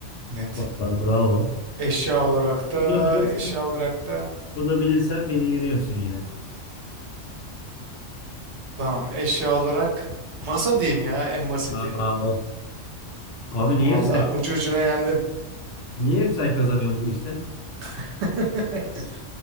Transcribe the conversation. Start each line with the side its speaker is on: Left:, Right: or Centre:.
Right: net.
Left: Vallahi bravo.
Right: Eşya olarak da
Left: Bu da bilirsen,
Right: eşya olarak da
Left: bu da bilirsen beni yeniyorsun yine.
Right: tamam eşya olarak masa diyeyim ya en basiti.
Left: Aa, of. Abi niye
Right: Valla
Left: hep sen
Right: ucu ucuna yendim.
Left: niye hep sen kazanıyorsun bu işte?
Right: <laughs>